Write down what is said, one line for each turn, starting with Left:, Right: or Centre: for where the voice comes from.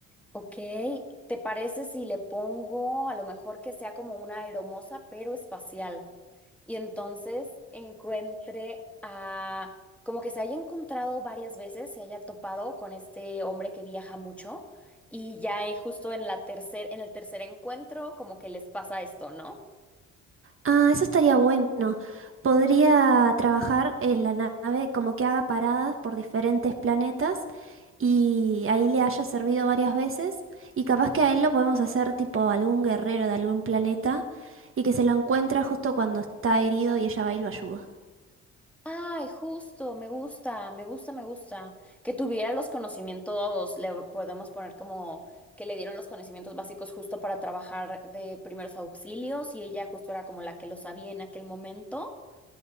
Centre: ok. ¿Te parece si le pongo a lo mejor que sea como una aeromoza pero espacial? Y entonces encuentre a como que se haya encontrado varias veces, se haya topado con este hombre que viaja mucho y ya eh, justo en la tercer, en el tercer encuentro como que les pasa esto, ¿no?
Right: Ah, eso estaría bueno. Podría trabajar en la nave como que haga paradas por diferentes planetas y ahí le haya servido varias veces y capaz que a él lo podemos hacer tipo algún guerrero de algún planeta y que se lo encuentra justo cuando está herido y ella va y lo ayuda.
Centre: Ay, justo, me gusta, me gusta, me gusta. Que tuviera los conocimientos, le podemos poner como que le dieron los conocimientos básicos justo para trabajar de primeros auxilios y ella justo era como la que lo sabía en aquel momento.